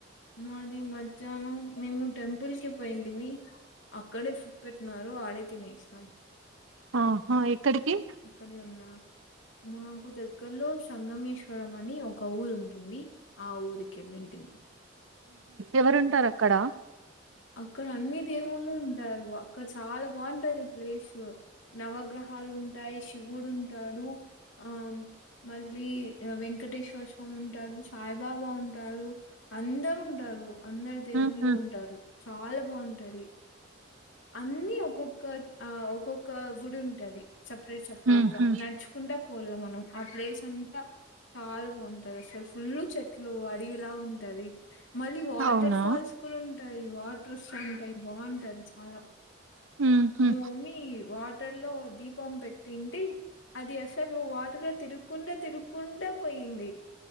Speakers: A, on the left; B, on the right.
A: మాది మధ్యాహ్నం మేము టెంపుల్ కి పోయింది మీ అక్కడే ఫుట్ పెట్టినన్నారు వాడే తినేసినాం
B: ఆహా ఎక్కడికి
A: అక్కడ ఉన్నా మాకు దగ్గర ద్గలో సంగమేశ్వరం అని ఒక ఊరు ఉంటుంది ఆ ఊరిక వెళంటినే
B: ఎవరుంటారు అక్కడ
A: అక్కడ అన్ని దేవుళ్ళు ఉంటారు అక్కడ చాలా బాగుంటది ప్లేస్ నవగ్రహాలు ఉంటాయి శివుడు ంటాడు ఆ మళ్ళీ వెంకటేశ్వర స్వామి ఉంటాారు సాయిబాబా ఉంటాారు అందరు ఉంటారు అందరు దేవుళ్ళు
B: ఉహు
A: ఉంటారు చాలా బాగుంటది అన్నిీ ఒక్కొక్క ఆ ఒక్కొక్క గుడి ఉంటది సపరేట్ సపరేట్
B: ఉహు
A: గా నడుచుకుంటా పోాల మనం ఆ ప్లేస్ అంతా చాలా బాగుంటది అసలు ఫుల్ చెట్లు అడివిలా ఉంటది మళ్ళీ వాటర్
B: అవునా
A: ఫాల్స్ కూడా ఉంటాయి వాటర్స్ అంటాయి బాగుంటది చాలా
B: ఉహు
A: మా మమ్మీ వాటర్ లో దీపం పెట్టింది అది అసలు వాటలో తిరుగకుండా తిరుకుండా పోయింది